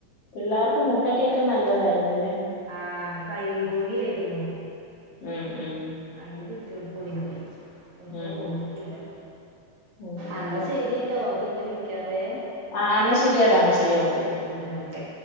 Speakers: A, on the left (about 50°); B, on the right (about 60°).
A: പിള്ളാർക്ക് മുട്ടക്ക്യൊക്കെ നല്ലതായിരുന്നുല്ലേ.
B: ആഹ് കരിങ്കോഴിയായ്ര്ന്നു
A: ഉം ഉം
B: അയിനെ പിടിചോണ്ട് പോയിന്നെ ഇപ്പൊ
A: ഉം
B: കൊയ്യൊന്നുല്ല
A: ഉം
B: അന്ന ശെരിട്ടോ പിന്നെ വിളിക്കാവേ.
A: ആഹ് ആഹ് അന്നാ ശെരിയടാ അന്നാ ശെരി ഓക്കെ ഓക്കെ
B: ശെരി ആഹ് ഓക്കെ